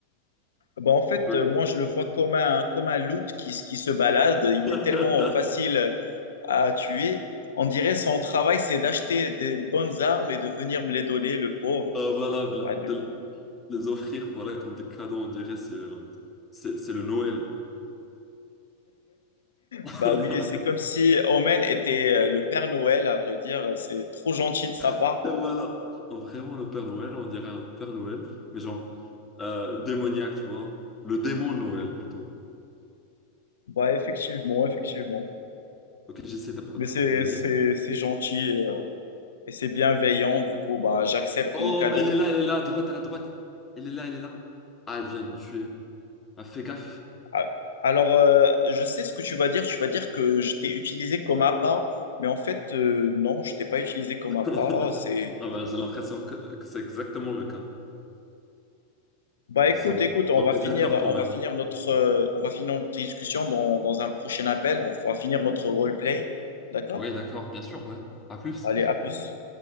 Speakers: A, on the left; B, on the left.
A: Ben, en fait,
B: Peut-
A: euh, moi, je le vois comme un, comme un loot qui, s- qui se balade.
B: <laughs>
A: Il est tellement facile euh, à tuer. On dirait son travail, c'est d'acheter des bonnes armes et de venir me les donner, le pauvre.
B: Euh, voilà, de
A: Bah, du
B: de
A: coup,
B: les offrir voilà, comme des cadeaux, on dirait, c'est c'est- c'est le Noël. <laughs>
A: bah oui, c'est comme si Omen était euh, le Père Noël, à vrai dire. C'est trop gentil de sa part.
B: <laughs> Et Voilà. Oh, Vraiment, le Père Noël, on dirait un Père Noël, mais genre euh, démoniaque, tu vois. Le démon Noël, plutôt.
A: Bah, effectivement, effectivement.
B: Ok, j'essaie de de
A: Mais
B: prendre
A: c'est,
B: mon
A: c'est,
B: livre.
A: c'est gentil euh, et c'est bienveillant. Du coup, bah, j'accepte
B: Oh,
A: le cadeau.
B: mais elle est là, elle est là, à droite, à la droite. Elle est là, elle est là. Ah, elle vient de me tuer. Ah, fais gaffe.
A: Ah, Alors, euh, je sais ce que tu vas dire. Tu vas dire que je t'ai utilisé comme appât, mais en fait, euh, non, je t'ai pas utilisé comme
B: <laughs>
A: appât. C'est,
B: Ah, bah, j'ai l'impression que, que c'est exactement le cas.
A: bah, écoute,
B: Ça me
A: écoute,
B: ça
A: on
B: m'a
A: va
B: brisé
A: finir,
B: le cœur quand
A: on
B: même.
A: va finir notre, euh, on va finir notre discussion dans, dans un prochain appel. On va finir notre roleplay, d'accord?
B: Oui, d'accord, bien sûr, ouais. À plus.
A: Allez, à plus.